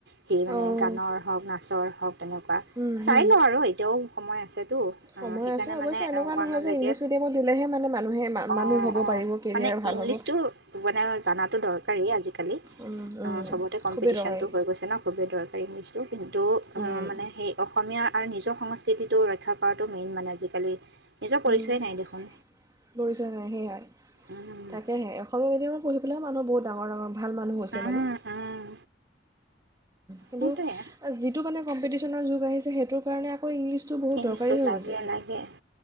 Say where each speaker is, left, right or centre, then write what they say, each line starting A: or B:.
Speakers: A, on the right (about 75°); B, on the right (about 20°).
A: কি মানে
B: অঁ
A: গানৰ হওক নাচৰ হওক তেনেকুৱা
B: হুম,
A: চাই
B: হুম।
A: লওঁ আৰু এতিয়াও সময় আছেতো
B: সময়
A: অ', সেইকাৰণে
B: আছে অৱশ্যে
A: মানে
B: এনেকুৱা
A: ৱানলৈকে
B: নহয় যে ইংলিছ মিডিয়ামত দিলেহে মানে মানুহে মা-
A: অ',
B: মানুহ হ'ব
A: - অ',
B: পাৰিব কেৰিয়াৰ
A: মানে
B: ভাল
A: ইংলিছতটো
B: হ'ব
A: মানে জানাতো দৰকাৰী আজিকালি
B: উম,
A: অ
B: উম,
A: ', চবতে কম্পিটিশনতটো
B: খুবেই দৰকাৰী
A: হৈ গৈছে ন খুবেই দৰকাৰী। <inaudible> কিন্তু
B: উম,
A: মানে সেই অসমীয়া আৰু নিজৰ সংস্কৃতিটো ৰক্ষা কৰাটো মেইন মানে আজিকালি। নিজৰ পৰিচয়ে
B: উম
A: নাই দেখোন
B: ', পৰিচয় নাই সেয়াই
A: উম
B: তাকেহে অসমীয়া মিডিয়ামৰ পঢ়ি বোলে মানুহ বহুত ডাঙৰ -ডাঙৰ ভাল মানুহ হৈছে
A: উম
B: মানে।
A: উম
B: কিন্ত
A: সেইটোৱে
B: যিটো মানে কম্পিটিচন যোগ আহিছে সেইটো কাৰণে আকৌ ইংলিছটো বহুত
A: ইংলিছটো
B: দৰকাৰী হৈ
A: লাগে
B: গৈছে,
A: লাগে